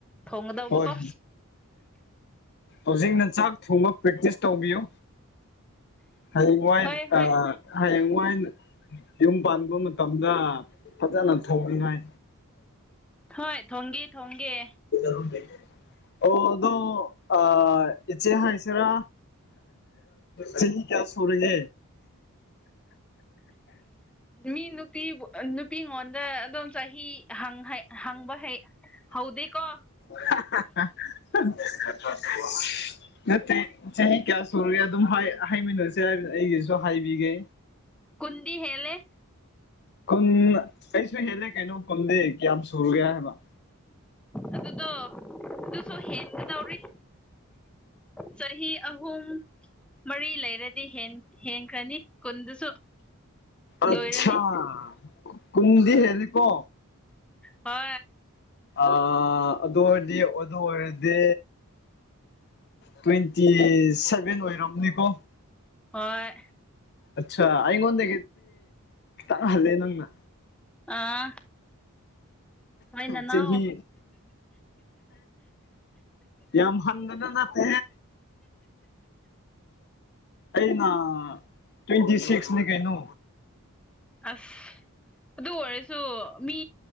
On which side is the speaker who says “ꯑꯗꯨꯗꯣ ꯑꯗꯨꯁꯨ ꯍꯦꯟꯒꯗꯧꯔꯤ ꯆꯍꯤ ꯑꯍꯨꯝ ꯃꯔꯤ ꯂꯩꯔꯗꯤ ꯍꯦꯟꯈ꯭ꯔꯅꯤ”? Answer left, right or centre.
Centre